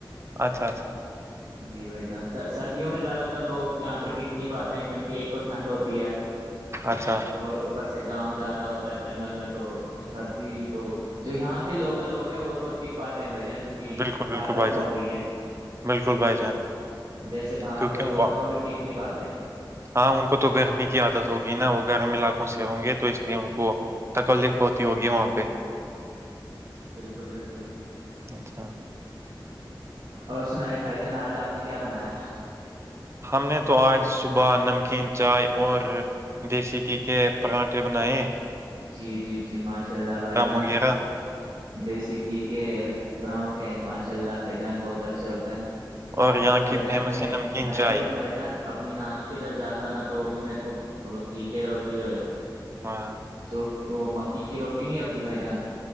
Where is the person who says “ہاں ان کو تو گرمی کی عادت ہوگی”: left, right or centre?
Right